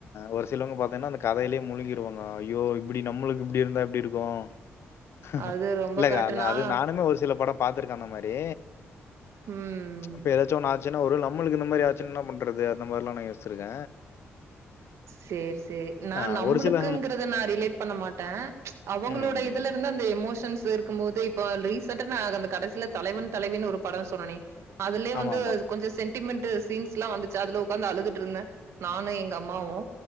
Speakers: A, on the left; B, on the right.
A: ஒரு சிலவங்க பாத்தீன்னா அந்த கதையிலேயே முழுகிருவாங்க ஐயோ இப்டி நம்மளுக்கு இப்டி இருந்தா எப்டி இருக் க்கு
B: அது ரொம்ப
A: இல்லக்கா
B: கரெக்ட்டு.
A: இல்ல
B: நான்
A: அது நானுமே ஒரு சில படோ பாத்திருக்க அந்த மாரி
B: ம்.
A: இப்ப எதாச்சு ஒண்ணு ஆச்சுன்னா ஒருவேல நம்மளுக்கு இந்த மாதிரி ஆச்சுன்னா என்ன பண்றது அந்த மார் லா நா யோசிச்ருக்க
B: சேரி சேரி நா
A: ஆ
B: நம்புளுக்குங்றத
A: ஒரு சில
B: நா ரிலேட் பண்ண மாட்டே அவுங்களோட
A: ம்.
B: இதுல இருந்து அந்த எமோஷன்ஸ் இருக்கும்போது இப்ப ரீசன்ட்டா நா அந்த கடசில தலைவன் தலைவினு ஒரு படோ சொன்னனே அதுலே
A: ஆமாமா.
B: வந்து கொஞ்சோ சென்டிமெண்ட்டு சீன்ஸ்லா வந்துச்சா அதுல உக்காந்து அழுதுட்ருந்தே நானு எங் க அம்மாவு